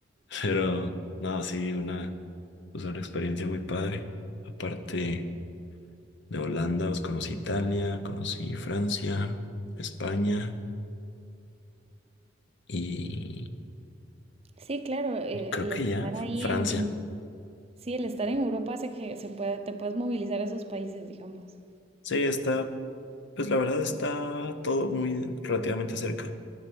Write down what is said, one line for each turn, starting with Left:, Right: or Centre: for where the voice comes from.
Left: Pero, no, sí, una, pues, una experiencia muy padre. Aparte de Holanda, pues conocí Italia, conocí Francia, España y,
Right: Sí, claro, eh,
Left: y creo
Right: el
Left: que
Right: estar
Left: ya
Right: ahí
Left: Francia.
Right: en, en- Sí, el estar en Europa hace que se pueda, te puedas movilizar a esos países, digamos.
Left: Sí, está, pues la verdad está todo muy relativamente cerca